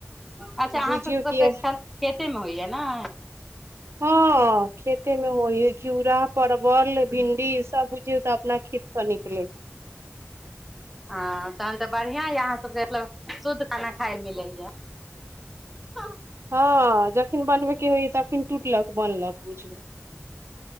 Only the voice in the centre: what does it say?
अच्छा
अहाँकेँ
सभ
ख खेतेमे होइय ने?
हँ, तहन तऽ बढ़िया यऽ अहाँ सभके मतलब शुद्ध खाना खाय ल मिलैया हँ।